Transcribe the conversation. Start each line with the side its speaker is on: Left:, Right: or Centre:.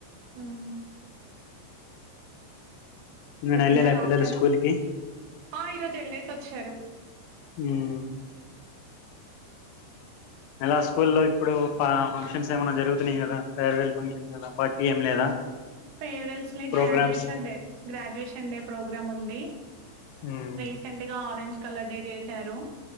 Right: ఉమ్, ఇంక
Left: నేను
Right: తిన్నార.
Left: వెళ్ళలే పిల్లలు
Right: ఆఫ్టర్నూన్
Left: స్కూల్ కి
Right: ఆ ఈరోజు వెళ్ళేసి వచ్చారు.
Left: ఉమ్ ఇలా స్కూల్ లో ఇప్పుడు ఆ ఫంక్షన్స్ ఏమన్నా జరుగుతున్నాయి కదా. ఫేర్వెల్ ఫంక్షన్స్ అలా పార్టీ ఏం లేదా.
Right: ఫేర్వెల్స్ లే
Left: programmes
Right: graduation day, graduation day programme ఉంది.
Left: ఉమ్
Right: రీసెంట్ గా ఆరెంజ్ కలర్ డే చేశారు,